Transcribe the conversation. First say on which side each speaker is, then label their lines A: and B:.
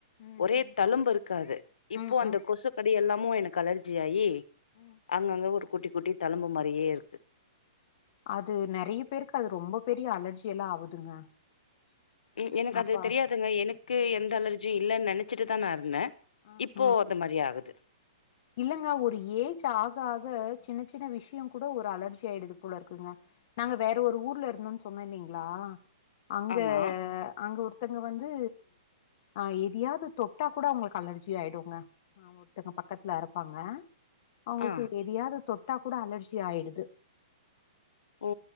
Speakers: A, on the left; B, on the left.
A: ம்
B: ஒரே
A: ம்
B: தழும்பு இருக்காது இப்போ
A: ம்
B: அந்த
A: ம்
B: கொசுக்கடி எல்லாமு எனக்கு அலர்ஜி ஆயி
A: ம்
B: அங்கங்க ஒரு கூட்டி குட்டி தழும்பு மாரியே இருக்கு
A: அது நெறைய பேருக்கு அது ரொம்ப பெரிய அலர்ஜி எல்லா ஆவுதுங்க
B: ம் எனக்கு அது
A: அப்பா
B: தெரியாதுங்க எனக்கு
A: ஆ
B: எந்த அலர்ஜியு இல்லன்னு நெனைச்சிட்டு தா நா இருந்த
A: ஆ
B: இப்போ
A: ஆ
B: இந்த மாரி ஆகுது
A: இல்லங்க ஒரு ஏஜ் ஆக ஆக சின்ன சின்ன விஷய கூட ஒரு அலர்ஜி ஆயிடுது போல இருக்குங்க நாங்க வேற ஒரு ஊர்ல இருந்தோன்னு சொன்ன இல்லீங்களா அங்க
B: ஆமா
A: அங்க ஒரு த்தங்க வந்து ஆ எதையாது தொட்டா கூட அவுங்களுக்கு அலர்ஜி ஆயிடுங்க ஆ ஒர்த்தங்கப்பா பக்கத்துல இருப்பாங்க அவுங்களுக்கு
B: ஆ
A: எதையாது தொட்டா கூட அலர்ஜி ஆயிடுது
B: ஓ